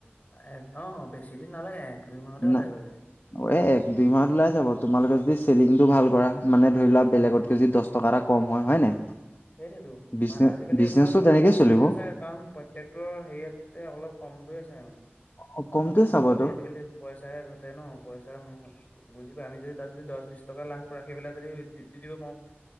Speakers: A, on the left; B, on the left.
A: এ অ' বেছি দিন নালাগে এক দুই মাহতে ওলাই
B: না
A: গ'লহেতেন।
B: এ এক দুই মাহত ওলাই যাব তোমালোকে যদি চেলিং টো ভাল কৰা মানে ধৰি লোৱা বেলেগতকে
A: উম
B: যদি দছ টকা এটা কম হয়। হয় নাই।
A: সেইটোতো
B: বিজনে
A: মানুহ আজিকালি
B: বিজনেচটো
A: অকমান
B: তেনেকেই
A: কমটোহে
B: চলিব
A: চাই কাৰণ প্ৰত্যেকটোৰ হেৰিয়তে অলপ কমটোয়ে চাই মানে।
B: অ কমটোৱে চাবতো
A: চবেই আজিকালি পইচাই ঘটে ন, পইচাৰ মহ বুজি পাই আমি যদি তাত যদি দছ বিছ টকা লাভ কৰা সেইবিলাক যদি দি দিব পাৰো